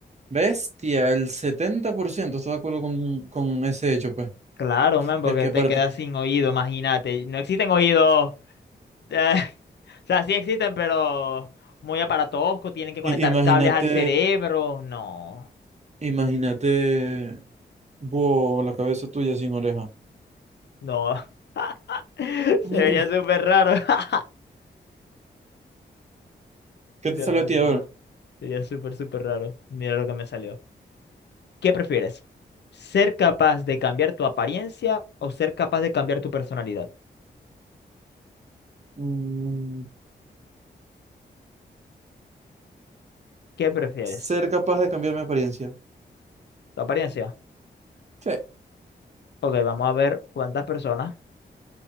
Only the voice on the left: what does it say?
Claro, man, porque
te quedas sin oído, imagínate. No existen oídos Eh, <laughs> o sea, sí existen, pero muy aparatosco, tienen que conectar
cables al cerebro. No,
no. <laughs>
Sería súper raro. <laughs>
No,
no.
Sería súper, súper raro. Mira lo que me salió. ¿Qué prefieres? ¿Ser capaz de cambiar tu apariencia o ser capaz de cambiar tu personalidad?
¿Qué prefieres?
¿Tu apariencia?
Ok, vamos a ver cuántas personas